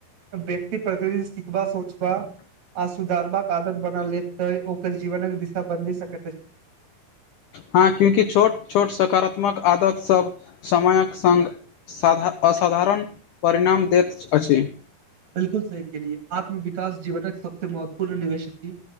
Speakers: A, on the right (about 50°); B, on the left (about 80°).
A: व्यक्ति प्रतिदिन सिखबा सोचबा आ सुधारबाक आदत बना लेत तऽ ओकर जीवनक दिशा बदलि सकैत अछि
B: हँ क्योकि छोट छोट सकारात्मक आदतसभ समयक संग साधा असाधारण परिणाम दैत अछि
A: बिल्कुल सही के लिए आत्मविकास जीवनक सबसँ महत्वपूर्ण निवेश छी